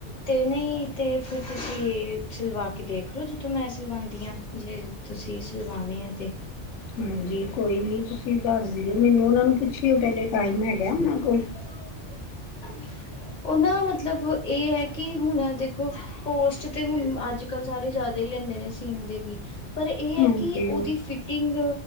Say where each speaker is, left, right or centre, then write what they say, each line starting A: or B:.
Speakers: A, on the left; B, on the left.
A: ਤੇ ਨਹੀਂ ਤੇ ਫਿਰ ਤੁਸੀਂ ਸਿਲਵਾ ਕੇ ਦੇਖਲਓ ਜਿਥੋ ਮੈਂ ਸਿਲਵਾਂਦੀ ਹਾਂ। ਜੇ ਤੁਸੀਂ ਸਿਲਵਾਣੇ ਆ ਤੇ
B: ਹਾਂਜੀ ਕੋਈ ਨੀ ਤੁਸੀਂ ਦੱਸ ਦਿਓ ਮੈਨੂੰ ਉਹਨਾਂ ਨੂੰ ਪੁੱਛਿਓ ਪਹਿਲੇ। ਟਾਈਮ ਹੈਗਾ
A: <unintelligible>
B: ਉਹਨਾਂ ਕੋਲ
A: ਉਹਨਾਂ ਮਤਲਬ ਇਹ ਹੈ ਕਿ ਹੁਣ ਦੇਖੋ ਪੋਸਟ ਤੇ ਹੁਣ ਅੱਜ-ਕੱਲ ਸਾਰੇ ਜ਼ਿਆਦਾ ਹੀ ਲੈਂਦੇ ਨੇ ਸੀਨ ਦੇ ਵੀ। ਪਰ ਇਹ ਹੈ
B: ਹਾਂਜੀ
A: ਕਿ ਉਹਦੀ ਫਿਟ ਫੀਟਿੰਗ,